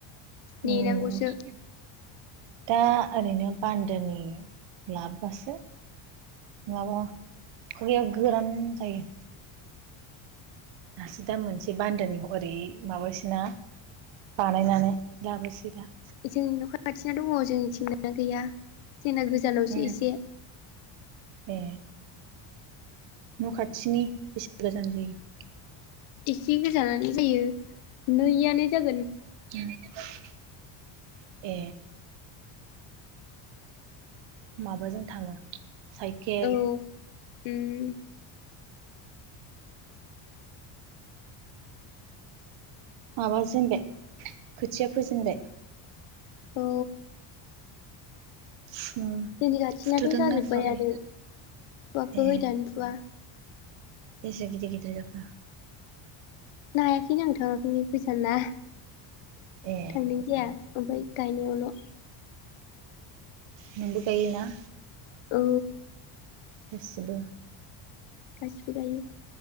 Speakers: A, on the right; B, on the left.
A: उम
B: नेनांगौसो
A: दा ओरैनो बान्दोनि लाबबासो माबा खुगायाव गोरान जायो दासो दा मोनसे बान्दोनि ओरै माबासै ना बानायनानै लाबोसै दा
B: जोंनि न' <inaudible> खाथिना दङ जोंनिथिंना आनो गैया जोंना गोजानावसो
A: उम
B: एसे
A: ए न' खाथिनि बेसे गोजान जायो
B: एसे गोजानानो जायो नैयानो जाग
A: <unintelligible> ए माबाजों थाङो साइकेल
B: औ उम
A: माबाजेनबाय खोथिया फोजेनबाय
B: औ
A: फुथुदोंना
B: जोंनि खाथिनाथ' जाजोब्बायानो
A: फुवाखै
B: फुवाखै
A: ए
B: दानो फुवा
A: बेसे गिदिर गिदिर जाखो
B: नायाखैनो आं थाङाखैनो गोजान ना
A: ए
B: थांनाय जाया ओमफाय गायनायावल'
A: नोंबो गायो ना
B: औ
A: गासिबो
B: गासिबो गायो